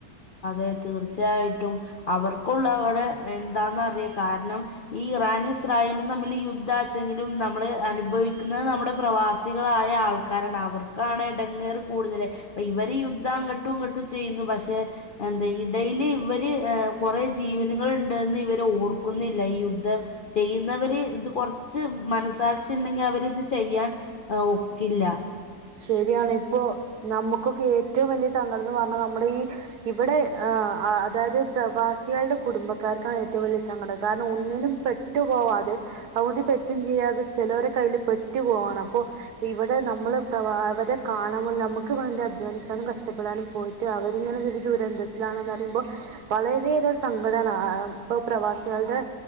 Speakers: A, on the left (about 60°); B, on the right (about 75°).
A: അതെ തീർച്ചയായിട്ടും അവർക്കുള്ള അവിടെ എന്താന്ന അറിയാം കാരണം ഈ ഇറാനും ഇസ്രായേലും തമ്മിൽ യുദ്ധാച്ചെങ്കിലും നമ്മള് അനുഭവിക്കുന്നത് നമ്മുടെ പ്രവാസികളായ ആൾക്കാരാണ് അവർക്കാണ് ഇടങ്ങേറ് കൂടുതൽ ഇവര് യുദ്ധം അങ്ങോട്ടും ഇങ്ങോട്ടും ചെയ്യുന്നു പക്ഷെ എന്താ ഇടയില് ഇവര് കൊറേ ജീവനുകൾ ഉണ്ട്ന്ന് ഇവര് ഓർക്കുന്നില്ല ഈ യുദ്ധം ചെയ്യുന്നവര് ഇത് കൊറച്ച് മനസാക്ഷി ഉണ്ടെങ്കി അവര് ഇത് ചെയ്യാൻ ഒക്കില്ല
B: ശരിയാണ് ഇപ്പോ നമുക്കൊക്കെ ഏറ്റവും വലിയ സങ്കടം എന്ന് പറഞ്ഞാ നമ്മുടെ ഈ ഇവിടെ ആ അതായത് പ്രവാസികളുടെ കുടുംബക്കാർക്കാണ് ഏറ്റവും വലിയ സങ്കടം കാരണം ഒന്നിനും പെട്ടു പോവാതെ അ ഒരു തെറ്റും ചെയ്യാതെ ചിലവരെ കയ്യിൽ പെട്ടു പോവാണ് അപ്പോ ഇവിടെ നമ്മള് പ്രവാ അവരെ കാണുമ്പോൾ നമുക്ക് വേണ്ടി അധ്വാനിക്കാനും കഷ്ടപ്പെടാനും പോയിട്ട് അവരിങ്ങനെ ഒരു ദുരന്തത്തിലാണെന്ന് അറിയുമ്പോൾ വളരെയേറെ സങ്കടമാണ് ഇപ്പൊ പ്രവാസികളുടെ